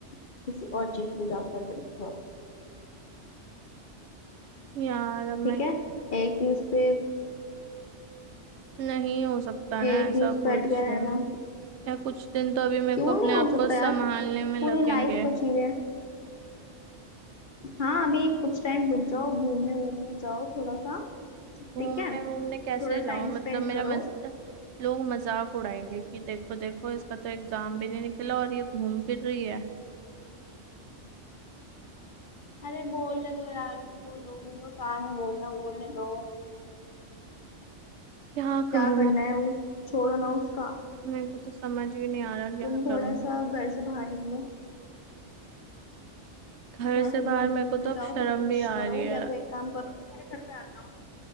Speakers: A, on the left; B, on the right.
A: किसी और चीज पे जाकर देखो
B: यार अब
A: ठीक
B: मैं
A: है एक ही उस पे
B: नहीं हो सकता ना
A: एक
B: ऐसा
A: ही उस पे
B: कुछ
A: अटके रहना
B: या कुछ दिन तो अभी मेरे
A: क्यों
B: को अपने
A: नहीं हो
B: आप
A: सकता
B: को संभालने
A: यार
B: में
A: पूरी
B: लगेंगे
A: लाइफ बची हुई है हाँ अभी कुछ टाइम रुक जाओ घूमने वूमने जाओ थोड़ा सा ठीक
B: घूमने
A: है थोड़ा
B: वूमने कैसे
A: टाइम
B: जाऊं मतलब
A: स्पेंड
B: मेरा
A: करो
B: मज... लोग मजाक उड़ाएंगे कि देखो देखो इसका तो एग्जाम भी नहीं निकला और ये घूम फिर रही है
A: अरे बोलने दो यार उनको लोगों का काम है बोलना बोलने दो
B: क्या
A: क्या
B: करूं
A: करना है उस छोड़ो ना उसका
B: मेरे को तो समझ भी नहीं आ रहा क्या
A: तुम थोड़ा
B: करूं
A: सा घर से बाहर निकलो
B: घर
A: थोड़ा
B: से
A: सा
B: बाहर
A: घूमने
B: मेरे
A: घूमने
B: को तो अब
A: जाओ
B: शर्म
A: सब कुछ
B: भी आ
A: करो
B: रही है
A: या तो एक काम करो तुम मेरे घर पे आ जाओ